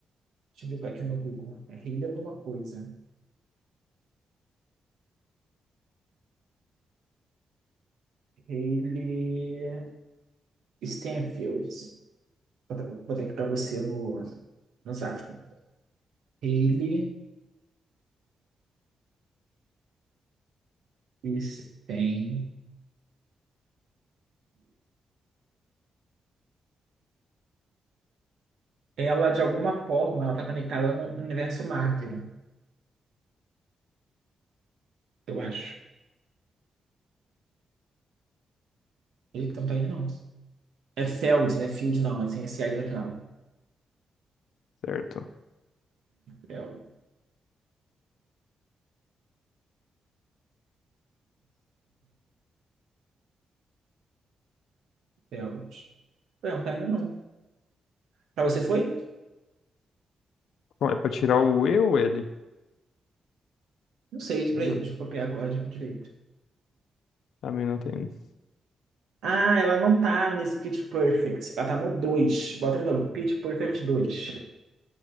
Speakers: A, on the right; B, on the left.
A: Deixa eu ver aqui no Google. É Hailey alguma coisa. Hailey Stenfield. Vou botar vou botar aqui pra você no, no Zap. Hailey Stenfield. Ela, de alguma forma, ela tá conectada no universo Marvel. eu acho. Eita, então não tá indo, não. É Feld, né? Field não, assim, é sem esse S L no final.
B: certo?
A: Feld. Feld. Não tá indo, não. Pra você foi?
B: Bom, É pra tirar o E ou L?
A: Não sei, tipo, peraí,
B: Ah,
A: deixa eu copiar a de direito.
B: A mim não tem.
A: Ah, ela não tá nesse Pitch Perfect. Ela tá no dois. Bota de novo. Pitch Perfect 2.